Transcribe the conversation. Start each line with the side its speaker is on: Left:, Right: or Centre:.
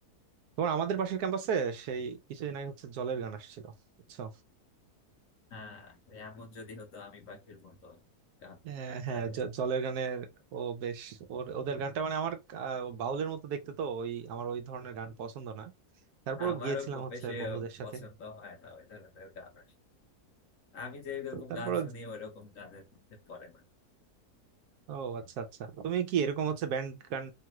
Right: তোমার আমাদের পাশের ক্যাম্পাসে সেই কিছুদিন আগে হচ্ছে জলের গান আসছিল বুঝছো
Left: হ্যাঁ ওই এমন যদি হতো আমি পাখির মতো গান
Right: হ্যাঁ হ্যাঁ
Left: তাদের
Right: জ- জলের গানের ও বেশ ওর ওদের গানটা মানে আমার আহ, বাউলের মতো দেখতে তো ওই আমার ওই ধরনের গান পছন্দ না তারপরও
Left: হ্যাঁ, আমারও
Right: গিয়েছিলাম
Left: খুব
Right: হচ্ছে
Left: বেশি
Right: বন্ধুদের সাথে
Left: পছন্দ হয় না ওই ধরনের গান আসে আমি যেরকম
Right: তো তারপর
Left: গান শুনি ওইরকম গানের মধ্যে পড়ে না
Right: ও আচ্ছা আচ্ছা তুমি কি এরকম হচ্ছে ব্যান্ড গান